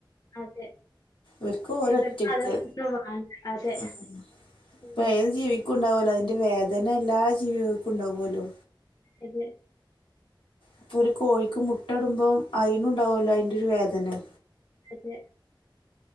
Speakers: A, on the left; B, on the left.
A: അതെ
B: ഓർക്ക് ഒരൊറ്റക്ക്
A: ഇവർക്ക് അതൊന്നും വാണ്ട അതെ
B: ഉം ഇപ്പ
A: ഉം
B: ഏത് ജീവി ക്കും ഉണ്ടാവല അതിന്റെ വേദന എല്ലാ ജീവികൾക്കും ഉണ്ടാവുമല്ലോ?
A: അതെ
B: ഇപ്പൊ ഒരു കോഴിക്ക് മുട്ട ഇടുമ്പോം അയിനുണ്ടാവല്ലോ അതിന്റെ ഒരു വേദന
A: അതെ